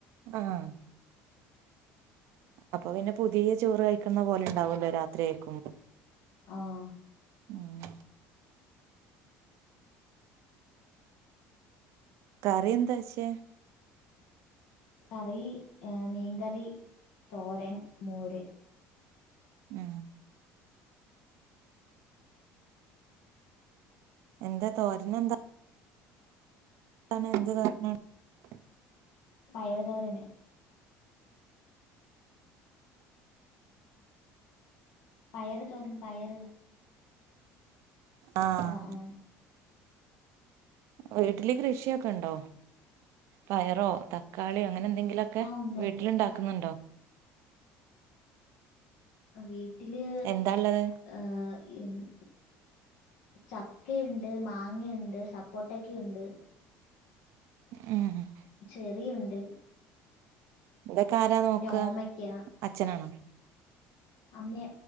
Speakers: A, on the right (about 65°); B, on the left (about 70°).
A: ആഹ് അപ്പൊ പിന്നെ പുതിയ ചോറ് കഴിക്കുന്ന പോലെ ഉണ്ടാവല്ലോ രാത്രി ആഴക്കു
B: ആഹ്
A: ഉം കറി എന്താച്ചേ
B: കറി മീൻകറി തോരൻ മോര്
A: ഉം എന്താ തോരന എന്താ <unintelligible>
B: പയറു തോരന് പയറ് തോരൻ പയറ്
A: ആഹ്
B: ആ ആ
A: വീട്ടില് കൃഷിയൊക്കെ ഉണ്ടോ പയറോ തക്കാളിയോ അങ്ങനെ എന്തെങ്കിലൊക്കെ
B: ആ ഉണ്ട്
A: വീട്ടിൽണ്ടാക്കുന്നുണ്ടോ
B: ഉണ്ട് വീട്ടില്
A: എന്താള്ളത്
B: ആഹ് <unintelligible> ചക്കയുണ്ട് മാങ്ങയുണ്ട് സപ്പോട്ടക്കുണ്ട്
A: <unintelligible>
B: ചെറിയുണ്ട്
A: ഇതൊക്കെ ആരാ നോക്ക
B: പിന്നെ ഓമയ്ക്ക
A: അച്ഛനാണോ?
B: അമ്മേ